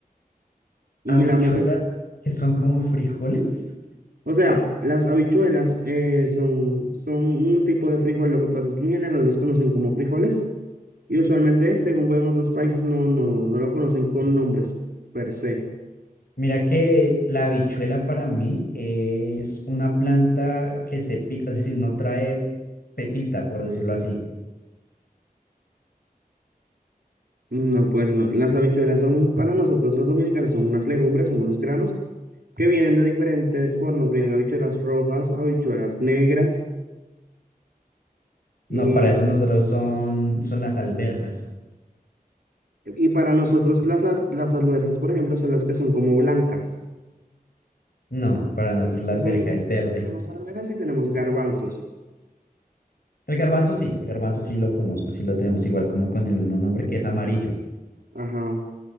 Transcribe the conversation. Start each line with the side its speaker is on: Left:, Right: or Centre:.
Right: y
Left: Habichuelas
Right: la mezcla
Left: que son como frijoles.
Right: O sea, las habichuelas eh, son, son un tipo de frijol, lo que pasa es que en general los conocen como frijoles y usualmente, según veo en otros países, no, no, no lo conocen con nombres per se.
Left: Mira que la habichuela para mí es una planta que se pica, es decir, no trae pepita, por decirlo así.
Right: No, pues no. Las habichuelas son, para nosotros los dominicanos, son unas legumbres, son unos granos que vienen de diferentes formas. Vienen habichuelas rojas, habichuelas negras
Left: No,
Right: y,
Left: para eso nosotros son, son las alberjas.
Right: y para nosotros las, al- las alberjas, por ejemplo, son las que son como blancas.
Left: No, para nosotros la
Right: que
Left: alberja
Right: son-
Left: es verde.
Right: tenemos alberjas y tenemos garbanzos.
Left: El garbanzo sí, el garbanzo sí lo conozco, sí lo tenemos igual como con el mismo nombre que es amarillo.
Right: Ajá.